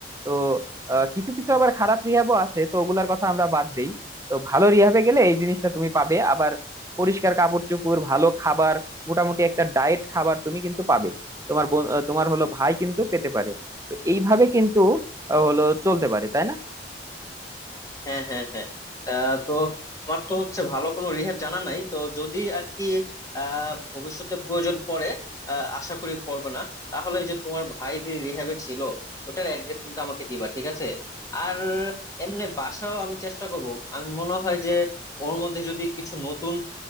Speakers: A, on the right; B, on the left.
A: তো আহ, কিছু কিছু আবার খারাপ রিহাবও আছে তো ওগুলার কথা আমরা বাদ দেই তো ভালো রিহাবে গেলে এই জিনিসটা তুমি পাবে আবার পরিষ্কার কাপড় চোপড় ভালো খাবার মোটামুটি একটা ডায়েট খাবার তুমি কিন্তু পাবে তোমার বোন- আহ, তোমার হলো ভাই কিন্তু পেতে পারে তো এইভাবে কিন্তু আহ, হলো চলতে পারে তাই না
B: হ্যাঁ হ্যাঁ হ্যাঁ আহ, তো তোমার তো হচ্ছে ভালো কোনো রিহ্যাব জানা নাই তো যদি আর কি আহ, ভবিষ্যতে প্রয়োজন পড়ে আহ, আশা করি পড়বে না তাহলে ওই যে তোমার ভাই যে রিহ্যাবে ছিল ওটার অ্যাড্রেস কিন্তু আমাকে দিবা ঠিক আছে আর এমনি বাসাও আমি চেষ্টা করব আমি মনে হয় যে ওর মধ্যে যদি কিছু নতুন